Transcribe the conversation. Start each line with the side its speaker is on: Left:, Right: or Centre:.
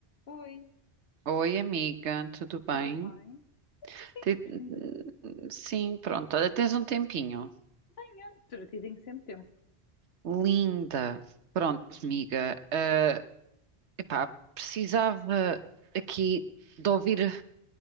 Left: Oi,
Right: Oi, amiga, tudo
Left: tudo
Right: bem?
Left: bem? Sim,
Right: Te-
Left: <laughs>
Right: Sim, pronto, olha, tens um tempinho.
Left: tenho. Tudo tem sempre tempo.
Right: Linda. Pronto, amiga, ah, epá, precisava aqui de ouvir